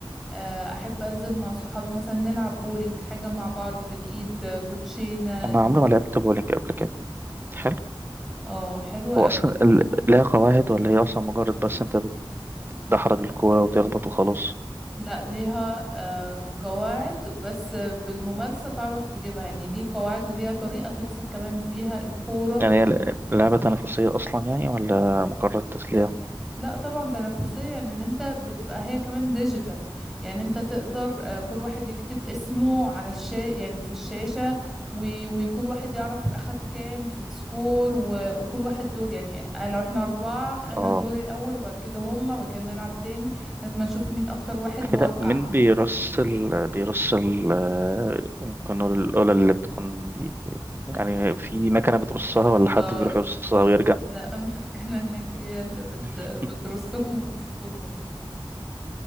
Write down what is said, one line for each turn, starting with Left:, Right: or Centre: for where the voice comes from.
Centre: آه، أحب أنزل مع صحابي مثلا نلعب بولينج حاجة مع بعض بالإيد آه، كوتشينة
Right: أنا
Centre: ن-
Right: عمري ما لعبت بولينج قبل كده حلو
Centre: اه حلوة
Right: هو
Centre: قوي
Right: أصلا ال- لها قواعد ولا هي أصلا مجرد بس أنت بتدحرج الكورة وتخبط وخلاص
Centre: لا ليها آه قواعد بس بالممارسة تعرف تجيبها يعني ليه قواعد وليها طريقة تمسك كمان بيها الكورة
Right: يعني هي ل- لعبة تنافسية أصلا يعني ولا مجرد تسلية؟
Centre: لا طبعا تنافسية يعني ان انت بتبقى هي كمان ديجيتال يعني انت تقدر آه كل واحد يكتب اسمه على الشا يعني في الشاشة و- وكل واحد يعرف اخد كام في السكور و... وكل واحد دور يعني آه، لو احنا اربعة انا
Right: آه
Centre: دوري الاول وبعد كده هما وكان نلعب تاني لغاية ما نشوف مين اكتر واحد وقع
Right: كده مين بيرص ال بيرص ال آه، ممكن نقول الأولى اللي بتكون دي يعني في مكنة بترصها ولا حد
Centre: آه،
Right: بيروح يرصها ويرجع
Centre: لا <laughs> المكنة هناك هي اللي بت...
Right: <laughs>
Centre: بترصهم وتظبطهم